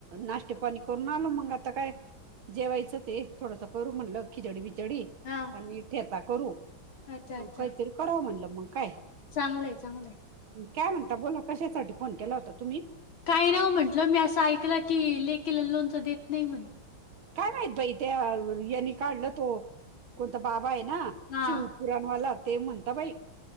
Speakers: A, on the right; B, on the left.
A: नाष्टते पाणी करून आल मग आता काय जेवायचं ते थोडस करू म्हणलं खिचडी बिचडी
B: हा
A: आणि ठेता करू
B: अच्छा अच्छा
A: काहीतरी कव म्हणलं मग काय
B: चांगलंय चांगलंय
A: काय म्हणता बोला कश साठी पण केला होता तुम्ही
B: काय ना म्हंटलं मी असं ऐकलं की लेकीला लोनच देत नाही म्हणे
A: काय माहित बाई त्या यांनी काढला तो कोणता बाबा आहे ना
B: हा
A: शिवपुराणवाला ते म्हणता बाई